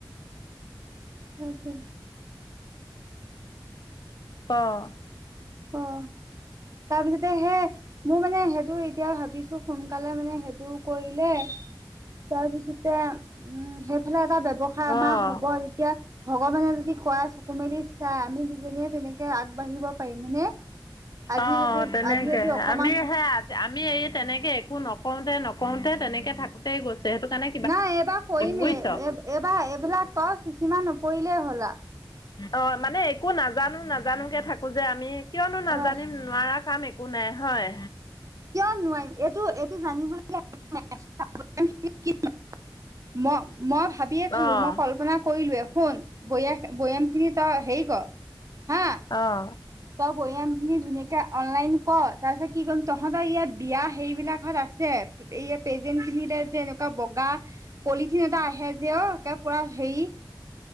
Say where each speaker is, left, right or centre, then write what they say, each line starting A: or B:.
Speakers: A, on the right (about 40°); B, on the left (about 55°).
A: <unintelligible>
B: ত। <inaudible>
A: অ তাৰপিছতে সে মোৰ মানে সেইটো এতিয়া ভাবিছোঁ সোনকালে মানে সেইটো কৰিলে তাৰপিছতে উম, সেইফালে এটা ব্যৱসায় আমাৰ
B: অ',
A: হ'ব তেতিয়া ভগৱানে যদি খোৱাই, চকু মেলি চাই, আমি দুজনীয়ে তেনেকে আগবাঢ়িব পাৰিম হয়নে। আজি
B: অহ,
A: যদি
B: তেনেকেহে
A: আজি যদি অকমান
B: আমি হে আগ আমি এই তেনেকে একো নকোৰতে-নকোৰতে তেনেকে থাক থাকোতেই গৈছে, সেইটো কাৰণে
A: নাই এইবাৰ কৰিমেই
B: বুজিছ।
A: এব-এইবাৰ এইবিলাক তই সিচিমা নপৰিলেই হ'ল আহ।
B: অহ। মানে একো নাজানোঁ নাজানোঁ কে থাকো যে আমি, কিয়নো নাজানিম
A: অ'
B: নোৱাৰা কাম একো নাই হয়।
A: কিয় নোৱাৰিম এইটো-এইটো জানিবলগীয়া একো নাই। <unintelligible> ম-মই ভাবিয়েই থলো
B: অঁ
A: মই কল্পনা কৰিলোৱেই শুন। বৈয়া-বৈয়ামখিনি তই হেৰি কৰ। হা!
B: অহ।
A: তই বৈয়ামখিনি ধুনীয়াকে অনলাইন কৰ, তাৰপিছত কি কৰিম তহঁতৰ ইয়াত বিয়া সেইবিলাকত আছ যে এয়ে পেজেন কিনিলে যে এনেকুৱা বগাহ পলিথিন এটা আহে যে অহ, কে পুৰা হেৰি।